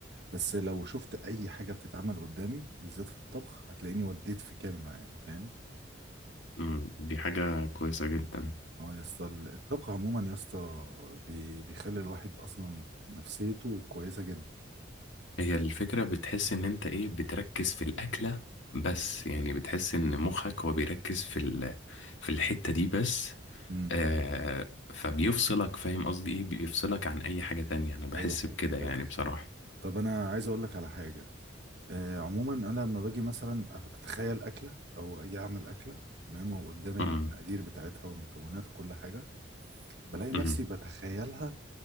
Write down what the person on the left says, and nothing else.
مم، دي حاجه كويسه جدا
هي الفكره بتحس ان انت ايه بتركز في الاكله بس يعني بتحس ان مخك هو بيركز في ال... في الحته دي بس
آه فبيفصلك فاهم قصدي ايه بيفصلك عن اي حاجه تانية انا بحس
بكده
يعني بصراحه
مم،
مم،